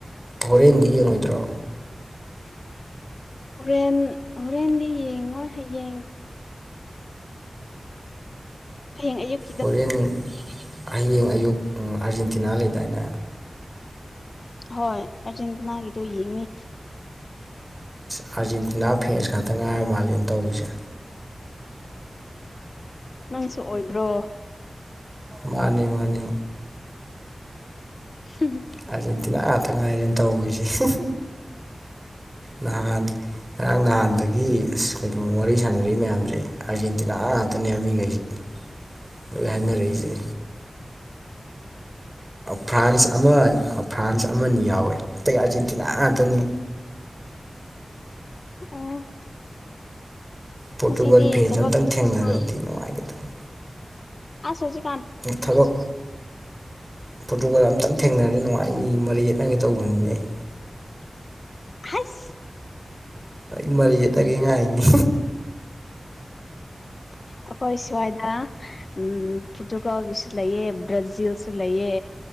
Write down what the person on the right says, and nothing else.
ꯍꯣꯔꯦꯟꯗꯤ ꯌꯦꯡꯉꯣꯏꯗ꯭ꯔꯣ
ꯍꯣꯔꯦꯟ ꯍꯌꯦꯡ ꯑꯌꯨꯛ ꯑꯥꯔꯖꯦꯟꯇꯤꯅꯥ ꯂꯩꯗꯥꯏꯅ
ꯑꯥꯔꯖꯦꯟꯇꯤꯅꯥ ꯐ꯭ꯔꯦꯟꯁ ꯈꯛꯇ ꯉꯥꯏꯔ ꯃꯥꯜꯂꯦꯅ ꯇꯧꯔꯤꯁꯦ
ꯃꯥꯅꯤ ꯃꯥꯅꯤ
ꯑꯥꯔꯖꯦꯟꯇꯤꯅꯥ ꯉꯥꯛꯇ ꯉꯥꯏꯔꯦꯅ ꯇꯧꯔꯤꯁꯦ ꯅꯍꯥꯟ ꯉꯔꯥꯡ ꯅꯍꯥꯟꯗꯒꯤ ꯑꯁ ꯀꯩꯅꯣꯝ ꯋꯥꯔꯤ ꯁꯥꯟꯅꯔꯛ ꯃꯌꯥꯝꯁꯦ ꯑꯥꯔꯖꯦꯟꯇꯤꯅꯥ ꯉꯥꯛꯇꯅꯦꯕ ꯃꯤꯈꯩꯁꯦ ꯂꯣꯏ ꯍꯦꯡꯅꯔꯖꯦ ꯐ꯭ꯔꯥꯟꯁ ꯑꯃ ꯐ꯭ꯔꯥꯟꯁ ꯑꯃꯅꯤ ꯌꯥꯎꯋꯦ ꯑꯇꯩ ꯑꯥꯔꯖꯦꯟꯇꯤꯅꯥ ꯉꯥꯛꯇꯅꯤ
ꯄꯣꯔꯇꯨꯒꯜ
ꯐ꯭ꯔꯦꯟꯁ
ꯑꯝꯇꯪ
ꯊꯦꯡꯅꯔꯗꯤ
ꯅꯨꯡꯉꯥꯏꯒꯗꯕꯅꯤ
ꯊꯕꯛ ꯐꯣꯇꯣꯒ ꯑꯝꯇꯪ ꯊꯦꯡꯅꯔꯅꯤ ꯅꯨꯡꯉꯥꯏꯅꯤ ꯃꯔꯩ ꯌꯦꯠꯅꯒꯦ ꯇꯧꯕꯅꯤꯅꯦ ꯑꯩ
ꯑꯩ ꯃꯔꯤ ꯌꯦ ꯇꯒꯦꯉ ꯍꯥꯏꯅꯤ